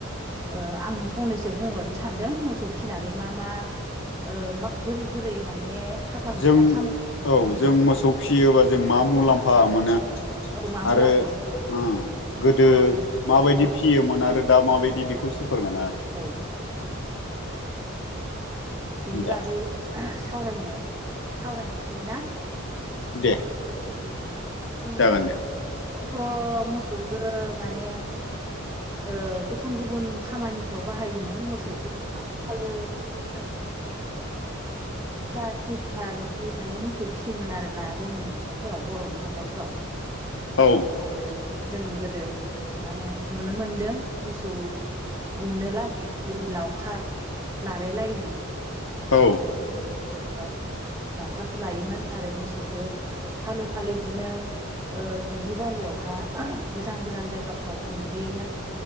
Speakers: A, on the right (about 15°); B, on the left (about 65°).
A: ओ आं फंनैसो बुंहरनो सान्दों मोसौ फिनानै मा मा ओ बोरै बोरै माने थाखा फैसा
B: जों
A: खामायनो
B: औ
A: बिनि
B: जों मोसौ फिसियोबा जों मा मुलाम्फा मोनो
A: औ मा मुलाम्फा
B: आरो
A: मोनो
B: उम गोदो
A: रां आरजिनो
B: माबायदि
A: औ
B: फियोमोन आरो दा माबायदि बेखौसो फोरमायना होदो
A: औ बिनि
B: दे
A: बागै सावरायनो सावरायनोसै ना?
B: दे
A: उम
B: जागोन दे
A: थ' मोसौखो माने ओ गुबुन गुबुन खामानिफ्राव बाहायोमोन मोसौखौ फालो फालो जों <unintelligible> बिदि माने मोसौ फिसियोमोन आरोना जोंनि न' खरफोराव बर'नि न'खरफ्राव
B: औ
A: आरो जों गोदो मा होनो नुनो मोनदों मोसौ गुमनो लागै बेबायदि लावखार लालाय लायोमोन
B: औ
A: औ लावखार लायोमोन आरो मोसौखौ फालो फालो बिदिनो ओ दुब्लि बारियावहा गोजान गोजान जायगाफ्राव गुमहैयोमोन